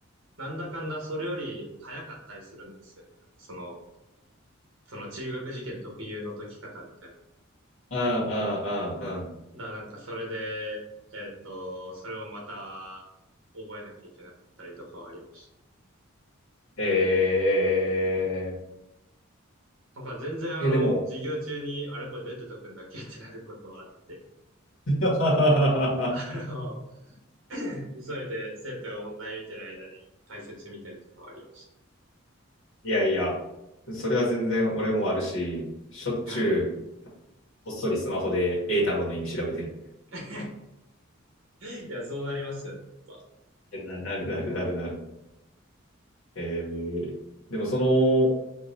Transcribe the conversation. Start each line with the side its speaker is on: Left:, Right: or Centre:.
Right: なんだかんだそれより早かったりするんですよね。なんかその、その中学受験特有の解き方みたいなのが。
Left: あん、あん、あん、
Right: だからなんかそれで、えっと、それをまた覚えなきゃいけなかったりとかはありました。
Left: え
Right: なんか全然あの、
Left: ー、え、でも、
Right: 授業中に、あれこれどうやって解くんだっけってなることはあって、
Left: <laughs>
Right: あの、<coughs> 急いで生徒が問題見てる間に解説見たりとかはありまし
Left: いやいや、それは全然俺もあるし、しょっちゅう、
Right: た。はい。
Left: こっそりスマホで英単語の意味調べてる。
Right: <laughs> いや、そうなりますよね、やっぱ。
Left: な、<laughs> なるなるなるなる。えー、でもその、